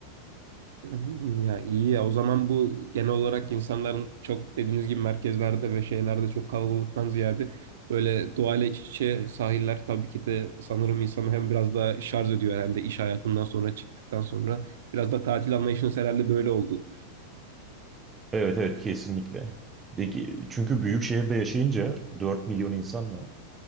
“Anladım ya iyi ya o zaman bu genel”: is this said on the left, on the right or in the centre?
Right